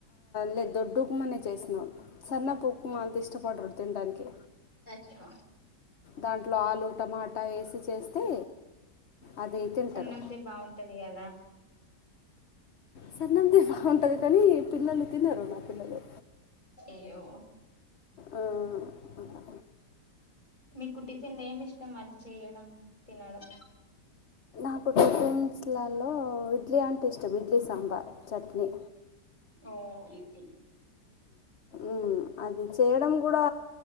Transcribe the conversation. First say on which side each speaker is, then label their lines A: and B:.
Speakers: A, on the left (about 45°); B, on the left (about 25°).
A: లేదు దొడ్డు ఉప్మానే చేసినా సన్నపు ఉప్మా అంత ఇష్టపడడు తినడానికి
B: అచ్చా
A: దాంట్లో ఆలు టమాటా వేసి చేస్తే అది తింటారు
B: సన్నపది బాగుంటది కదా
A: సన్నందీ బాగుంటది కానీ పిల్లలు తినరు నా పిల్లలు
B: అయ్యో
A: ఆ, అలా.
B: మీకు టిఫిన్ ఏమి ఇష్టం మరి చేయడం తినడం
A: నాకు టీఫెన్స్లాల్లో ఇడ్లీ అంటే ఇష్టం ఇడ్లీ సాంబార్ చట్నీ
B: ఓ ఇతే
A: ఉమ్ అది చేయడం కూడా